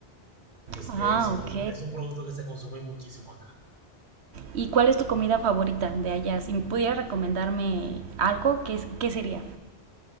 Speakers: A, on the right (about 45°); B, on the right (about 75°).
A: Es,
B: Ah,
A: es
B: ok.
A: un, es un producto que se consume muchísimo acá.
B: ¿Y cuál es tu comida favorita de allá? Si pudieras recomendarme algo, ¿qué, es- qué sería?